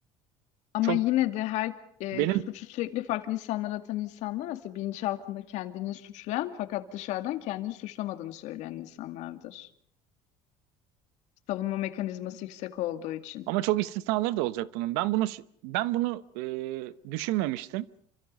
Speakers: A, on the left (about 65°); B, on the right (about 85°).
A: Ama
B: Çok
A: yine de her e,
B: benim
A: suçu sürekli farklı insanlara atan insanlar aslında bilinçaltında kendini suçlayan fakat dışarıdan kendini suçlamadığını söyleyen insanlardır. Savunma mekanizması yüksek olduğu için.
B: ama çok istisnaları da olacak bunun. Ben bunu ben bunu e, düşünmemiştim.